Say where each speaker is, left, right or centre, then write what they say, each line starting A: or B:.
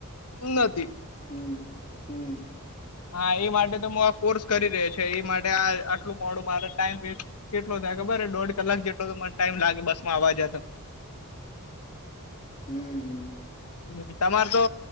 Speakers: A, on the left; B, on the left.
A: નથી.
B: હમ હમ
A: હા એ માટે તો હું આ કોર્સ કરી રયો છું. એ માટે આ આટલું મોડું મારો ટાઈમ વેસ્ટ કેટલો થાય ખબરે દોઢ કલાક જેટલો તો મને ટાઈમ લાગે બસમાં આવવા જતા.
B: હમ હમ
A: હમ તમાર તો